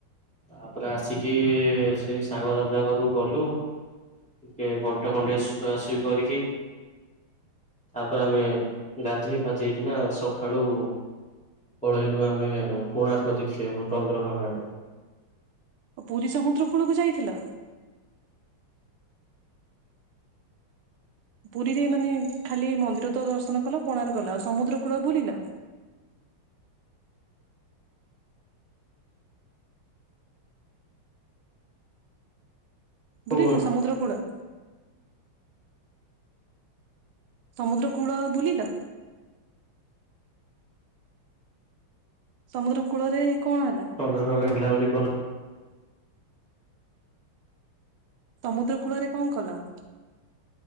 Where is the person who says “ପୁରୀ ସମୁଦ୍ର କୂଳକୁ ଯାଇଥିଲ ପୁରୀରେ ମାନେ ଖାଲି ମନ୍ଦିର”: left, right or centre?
Right